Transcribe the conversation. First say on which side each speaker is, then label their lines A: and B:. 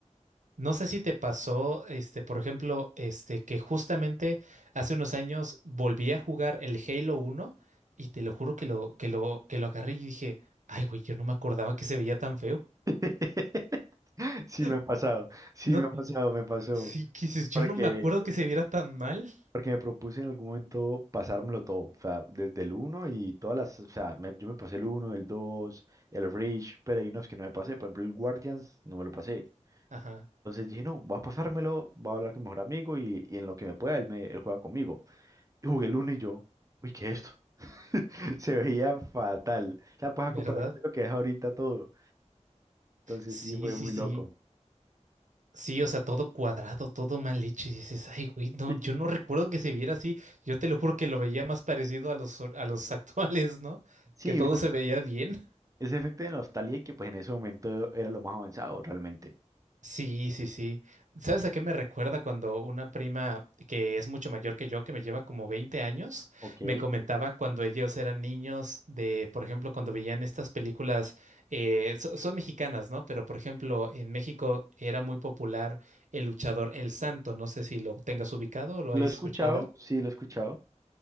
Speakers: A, on the right; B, on the right.
A: No sé si te pasó, este, por ejemplo, este, que justamente hace unos años volví a jugar el Halo uno y te lo juro que lo, que lo, que lo agarré y dije, ay, güey, yo no me acordaba que se veía tan feo.
B: <laughs> Sí
A: <laughs>
B: me ha pasado, sí
A: No,
B: me ha pasado, me pasó.
A: sí, que dices, yo
B: Porque,
A: no me acuerdo que se viera tan mal.
B: porque me propuse en algún momento pasármelo todo. O sea, desde el uno y todas las. O sea, me- yo me pasé el uno el 2 el Reach, pero hay unos que no me pasé. Por ejemplo, el Guardians no me lo pasé.
A: Ajá,
B: Entonces dije, no, voy a pasármelo, voy a hablar con mi mejor amigo y, y en lo que me pueda, él, me, él juega conmigo. Y jugué el uno y yo, uy, ¿qué es esto? <laughs> Se veía fatal. O sea, pues
A: ¿verdad?
B: a comparación de lo que es ahorita todo. Entonces
A: Sí,
B: sí fue
A: sí,
B: muy
A: sí.
B: loco.
A: Sí, o sea, todo cuadrado, todo mal hecho. Y dices, ay, güey, no,
B: <laughs>
A: yo no recuerdo que se viera así. Yo te lo juro que lo veía más parecido a los, or- a los <laughs> actuales, ¿no?
B: Sí,
A: Que todo
B: uno-
A: se veía bien.
B: ese efecto de nostalgia y que pues en ese momento era lo más avanzado realmente.
A: Sí, sí, sí. ¿Sabes a qué me recuerda cuando una prima que es mucho mayor que yo, que me lleva como 20 años,
B: Ok.
A: me comentaba cuando ellos eran niños de, por ejemplo, cuando veían estas películas, eh, so- son mexicanas, ¿no? Pero, por ejemplo, en México era muy popular el luchador El Santo. No sé si lo tengas ubicado o lo
B: Lo
A: hayas
B: he escuchado,
A: escuchado de
B: sí, lo he escuchado.